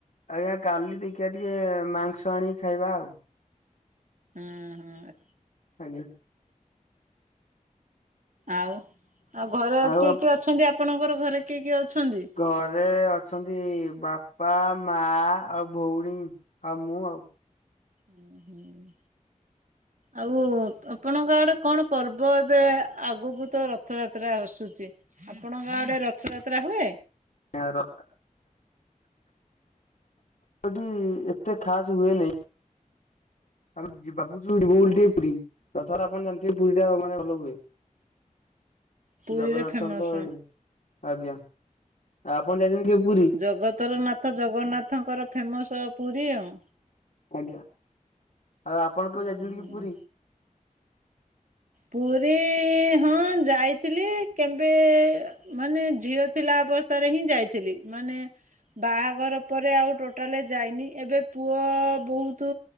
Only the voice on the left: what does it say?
ଆଜ୍ଞା, କାଲି ଦେଖିବା ଟିକେ ମାଂସ ଆଣି ଖାଇବା ଆଉ।
ଆଜ୍ଞା।
ଆଉ
ଆପ
ଘରେ ଅଛନ୍ତି ବାପା, ମା, ଆଉ ଭଉଣି, ଆଉ ମୁଁ ଆଉ।
ଆଜ୍ଞା ର ଏଠି ଏତେ ଖାସ୍ ହୁଏ ନେଇଁ। <unintelligible> ବାବୁଚୁ ଯିବୁ ବୋଲି ଟିକେ ପୁରି ରଥଯାତ୍ରା ଆପଣ ଜାଣିଥିବେ ପୁରୀ ଟା ମାନେ ଭଲ ହୁଏ। ଶ୍ରୀ
ଜଗନ୍ନାଥଙ୍କ
ଇଏରୁ ଆଜ୍ଞା, ଆପଣ ଯାଇଛନ୍ତି କେବେ ପୁରୀ?
ଆଜ୍ଞା, ଆଉ ଆପଣ କେବେ
ଯାଇଛନ୍ତି କି ପୁରୀ?